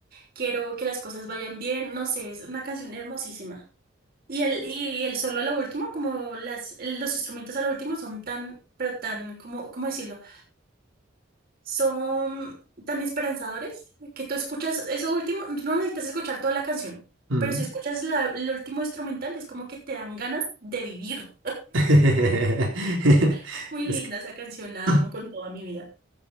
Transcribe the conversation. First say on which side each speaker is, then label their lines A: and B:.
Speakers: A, on the right (about 50°); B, on the right (about 85°).
A: quiero que las cosas vayan bien, no sé, es una canción hermosísima. Y el, y el solo a lo último, como las, los instrumentos a lo último son tan, pero tan, como, ¿cómo decirlo? son tan esperanzadores que tú escuchas eso último, no necesitas escuchar toda la canción,
B: mm.
A: pero si escuchas la, el último instrumental es como que te dan ganas de vivir.
B: <laughs>
A: Es muy linda
B: Es que
A: esa canción, la
B: <clears throat>
A: amo con toda mi vida.